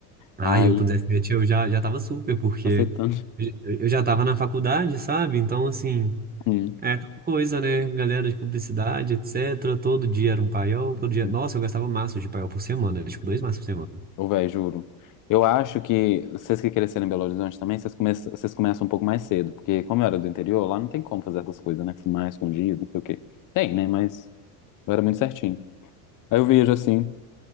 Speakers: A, on the right; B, on the left.
A: Ah,
B: Aí,
A: eu com 17 eu já, já tava super, porque
B: macetando. <laughs>
A: eu eu já tava na faculdade, sabe? Então, assim,
B: Hum.
A: coisa, né? Galera de publicidade, etc. Todo dia era um paiol, todo dia.
B: hum.
A: Nossa, eu gastava maços de paiol por semana, tipo, dois maços por semana.
B: Ô, véi, juro. Eu acho que vocês que cresceram em Belo Horizonte também, vocês começam, vocês começam um pouco mais cedo, porque como eu era do interior, lá não tem como fazer essas coisas, né? Fumar escondido, não sei o quê. Tem, né? Mas eu era muito certinho. Aí eu vejo assim,